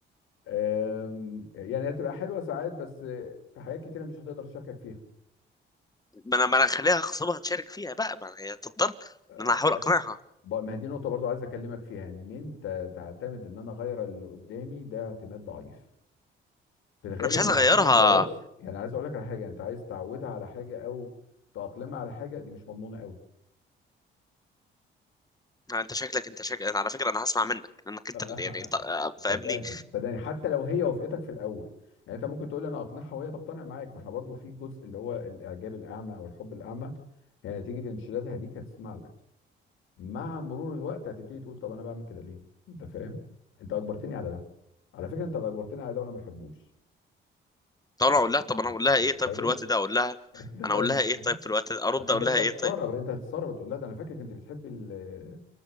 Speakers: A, on the left (about 85°); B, on the left (about 20°).
A: أم، يعني هتبقى حلوه ساعات بس في حاجات كتيره مش هتقدر تشاركك فيها
B: ما انا ما انا هخليها اغصبها تشارك فيها بقى ما هي تضطر
A: أه،
B: ان انا احاول اقنعها
A: ب- ما هي دي نقطه برضو عايز اكلمك فيها ان انت تعتمد ان انا اغير اللي قدامي ده اعتماد ضعيف في الغالب
B: انا مش عايز
A: مع
B: اغيرها
A: سن الجواز يعني عايز اقول لك على حاجه انت عايز تعودها على حاجه او تأقلمها على حاجه دي مش مضمونه قوي
B: أنا- انت شكلك انت شكلك أنا على فكره انا هسمع منك لانك انت
A: أه،
B: اللي- يعني انت آه،
A: <laughs>
B: فاهمني
A: صدقني صدقني حتى لو هي وافقتك في الاول يعني انت ممكن تقول انا اقنعها وهي تقتنع معاك ما احنا برضو في جزء اللي هو الاعجاب الاعمى او الحب الاعمى يعني نتيجه انشدادها ليك هتسمع لك مع مرور الوقت هتبتدي تقول طب انا بعمل كده ليه انت فاهم انت اجبرتني على ده على فكره انت اللي اجبرتني على ده وانا ما بحبوش
B: طب
A: انت
B: انا اقول لها طب انا
A: أنت
B: اقول لها ايه
A: متخيل
B: طيب في الوقت ده اقول لها
A: <laughs> انت فاهم
B: انا اقول لها
A: ازاي
B: ايه طيب في الوقت ده ارد
A: يعني
B: اقول
A: انت انت
B: لها ايه
A: هتستغرب
B: طيب
A: انت هتستغرب تقول لها ده انا فاكرك انت بتحبي ال...